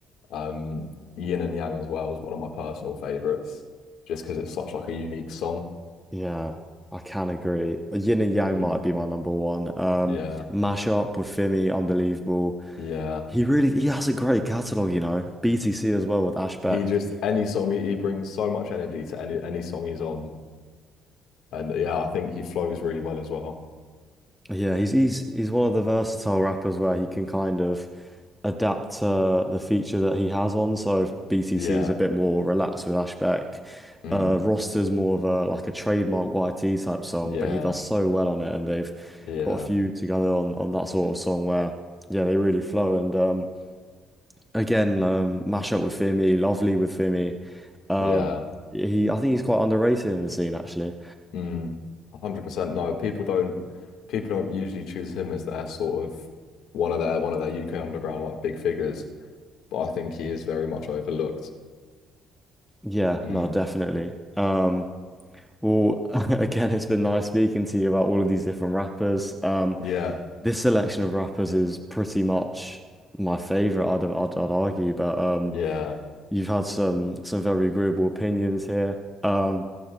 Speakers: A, on the left (about 75°); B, in the centre.
A: um, Yin and Yang as well is one of my personal favorites, just because it's such like a unique song.
B: Yeah, I can agree. Yin and Yang
A: Mm.
B: might be my number one. Um,
A: Yeah,
B: Mashup with Fimi, unbelievable.
A: yeah.
B: He really he has a great catalog, you know. BTC as well with Ashbeck.
A: he just any song he, he brings so much energy to any any song he's on. And yeah, I think he flows really well as well.
B: Yeah, he's he's he's one of the versatile rappers where he can kind of adapt to the feature that he has on. So if BTC
A: Yeah.
B: is a bit more relaxed with Ashbeck.
A: Mm.
B: Uh, Roster's more of a like a trademark YT type song,
A: Yeah.
B: but he does so well on it, and they've
A: Yeah.
B: got a few together on on that sort of song where. Yeah, they really flow. And um, Again, um, mash up with Fimi, lovely with Fimi. Um,
A: Yeah.
B: he, I think he's quite underrated in the scene, actually.
A: Mm. 100% no. People don't people don't usually choose him as their sort of one of their one of their UK underground like big figures, but I think he is very much overlooked.
B: Yeah,
A: Mm.
B: no, definitely. Um, well, <laughs> again, it's been nice speaking to you about all of these different rappers. Um,
A: Yeah.
B: this selection of rappers is pretty much my favorite, I'd, I'd, I'd argue, but um,
A: Yeah.
B: you've had some some very agreeable opinions here. Um,